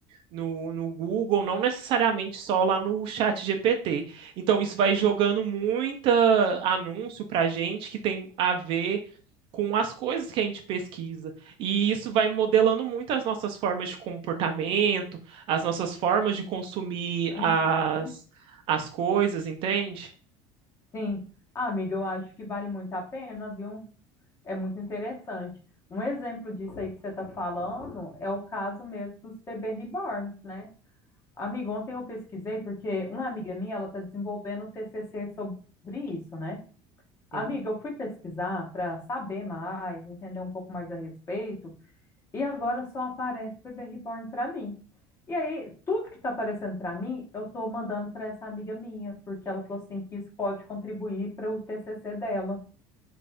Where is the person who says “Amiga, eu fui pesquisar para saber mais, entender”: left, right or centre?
Left